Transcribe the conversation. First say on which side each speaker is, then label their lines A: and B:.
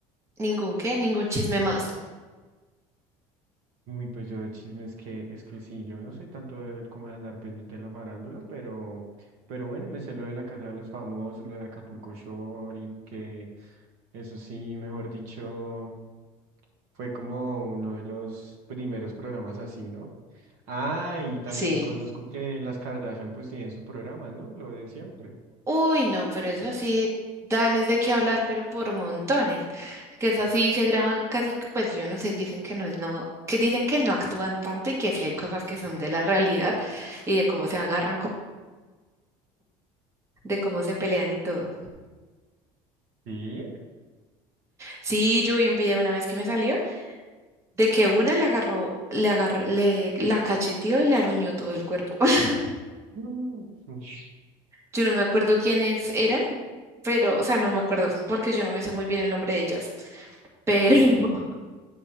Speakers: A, on the right (about 25°); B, on the right (about 65°).
A: ningún qué, ningún chisme más.
B: Uy, pues yo de chisme es que, es que sí, yo no soy tanto de- como de andar pendiente de la farándula, pero, pero bueno, me sé lo de la Casa de los Famosos, lo de Acapulco Shore y que eso sí, mejor dicho, fue como uno de los primeros programas así, ¿no? Ah, y también
A: Sí.
B: conozco que las Kardashian pues tienen su programa, ¿no? Lo de siempre.
A: Uy, no, pero eso sí, dan es de qué hablar, pero por montones. Que es así, se graban casi, que- pues yo no sé, dicen que no es no, que dicen que no actúan tanto y que sí hay cosas que son de la realidad y de cómo se agarran, co- de cómo se pelean y todo.
B: Sí.
A: Sí, yo vi un video una vez que me salió. de que una le agarró, le agarró, le la cacheteó y le aruñó todo el cuerpo. <laughs>
B: Mm, ush.
A: Yo no me acuerdo quiénes eran, pero, o sea, no me acuerdo, porque yo no me sé muy bien el nombre de ellas. Pero, <laughs>